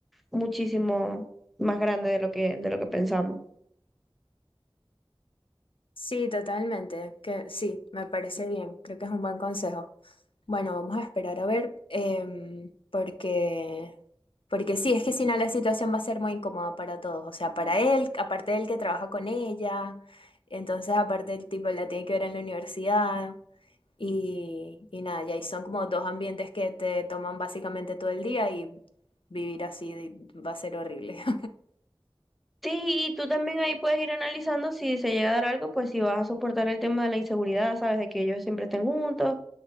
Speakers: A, in the centre; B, on the left.
A: muchísimo más grande de lo que, de lo que pensamos.
B: Sí, totalmente. Que sí, me parece bien. Creo que es un buen consejo. Bueno, vamos a esperar a ver, em, porque, porque sí, es que si no la situación va a ser muy incómoda para todos. O sea, para él, aparte del que trabaja con ella, entonces aparte el tipo la tiene que ver en la universidad y, y nada, ya y son como dos ambientes que te toman básicamente todo el día y vivir así de- va a ser horrible. <laughs>
A: Sí, y tú también ahí puedes ir analizando si se llega a dar algo, pues si vas a soportar el tema de la inseguridad, sabes, de que ellos siempre estén juntos